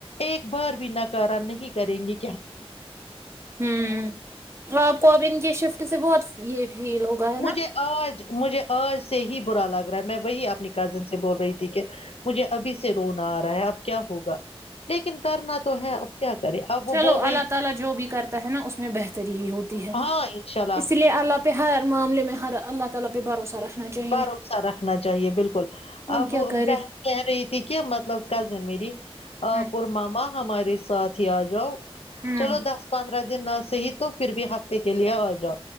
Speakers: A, on the left (about 70°); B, on the right (about 25°).
A: ایک بار بھی ناکارا نہیں کریں گی
B: ہوں اور آپ کوب کی شف سے بہت یہ ہیھیل ہوگا ہے نا
A: مجھے آج مجھے آج سے ہی برا لگ رہا ہے میں وہی اپنی کزن سے بول رہی تھی کہ مجھے ابھی سے رونا آ رہا ہے اب کیا ہوگا لیکن کرنا تو ہے اب کیا کرے اب وہ
B: چلو
A: بول رہی
B: جو بھی کرتا ہے نا اس میں بہتری ہی ہوتی ہے
A: ہاں انشاء اللہ
B: اس لیے اہر معامے میں ہر اللہ تعالی پہ بھروسہ رکھنا چاہیے
A: بھروسہ رکھنا چاہیے بالکل اب بہن
B: کیا کرے
A: کہہ رہی تھی کہ مطلب کزن میری آپ
B: ہوں
A: اور ماما ہمارے ساتھ ہی آ جاؤ
B: ہوں
A: چلو دس پندرہ نہ صی تو پھر بھی ہفتے کے لیے آ جاؤ